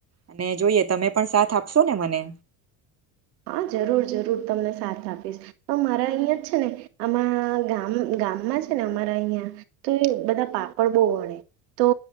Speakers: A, on the right; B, on the right.
A: અને જોઈએ તમે પણ સાથ આપશો ને મને
B: હા જરૂર જરૂર તમને સાથ આપીશ તો મારા અહીં જ છે ને આમાં ગામ ગામમાં છે ને અમારા અહં તો એ બધા પાપડ બહુ વણે તો